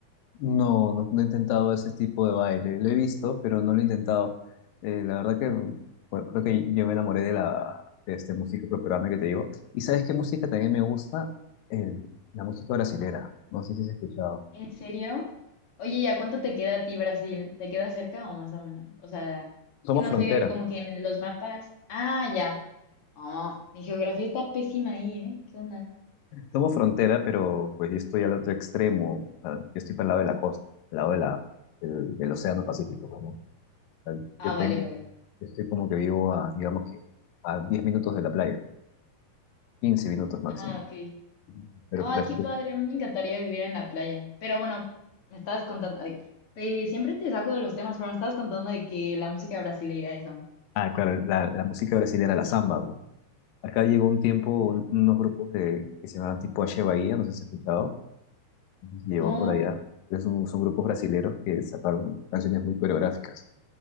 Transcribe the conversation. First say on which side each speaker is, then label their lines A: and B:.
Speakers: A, on the left; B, on the left.
A: No, no, no he intentado ese tipo de baile. Lo he visto, pero no lo he intentado. Eh, la verdad que bueno, creo que yo me enamoré de la de este, música peruana que te digo. ¿Y sabes qué música también me gusta? El- la música brasilera. No sé si has escuchado.
B: ¿En serio? Oye, ¿y a cuánto te queda a ti Brasil? ¿Te queda cerca o más o menos? O sea, es
A: Somos
B: que no
A: frontera.
B: sé, como que en los mapas. Ah, ya. Oh, mi geografía está pésima ahí, ¿eh? ¿Qué onda?
A: Somos frontera, pero pues yo estoy al otro extremo. O sea, yo estoy para el lado de la costa, al lado de la, del, del Océano Pacífico, pues, ¿no? O sea,
B: Ah,
A: yo tengo,
B: vale, vale.
A: yo estoy como que vivo a, digamos que, a 10 minutos de la playa, 15 minutos máximo.
B: Ah, ok.
A: Pero,
B: Ay,
A: pero
B: qué padre, me encantaría vivir en la playa. Pero bueno, me estabas contando, ay, te- siempre te saco de los temas, pero me estabas contando de que la música brasileira, eso.
A: Ah, claro, la, la música brasileña, la samba, bro. Acá llegó un tiempo
B: Ah,
A: un- unos grupos de, que se llamaban tipo H Bahía, no sé si has escuchado, Ujú. llegó
B: No,
A: por allá. Es un- son grupos brasileños que sacaron canciones muy coreográficas.